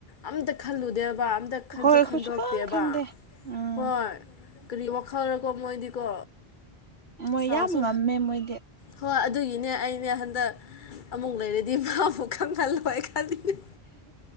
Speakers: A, on the left; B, on the right.
A: ꯑꯝꯇ ꯈꯜꯂꯨꯗꯦꯕ ꯑꯝꯇ ꯈꯟꯁꯨ
B: ꯍꯣꯏ ꯑꯩꯈꯣꯏ
A: ꯈꯟꯗꯣꯛꯇꯦꯕ
B: ꯁꯨꯛꯈꯟ ꯈꯟꯗꯦ ꯎꯝ
A: ꯍꯣꯏ ꯀꯔꯤ ꯋꯥꯈꯜꯔꯀꯣ ꯃꯣꯏꯗꯤꯀꯣ
B: ꯃꯣꯏ
A: ꯁꯥꯎꯁꯨ
B: ꯌꯥꯝ ꯉꯝꯃꯦ ꯃꯣꯏꯗꯤ
A: ꯍꯣꯏ ꯑꯗꯨꯒꯤꯅꯦ ꯑꯩꯅꯦ ꯍꯟꯗꯛ ꯑꯃꯨꯛ ꯂꯩꯔꯗꯤ ꯃꯥꯕꯨ ꯈꯪꯍꯜꯂꯣꯏ ꯑꯩ ꯈꯜꯂꯤꯅꯦ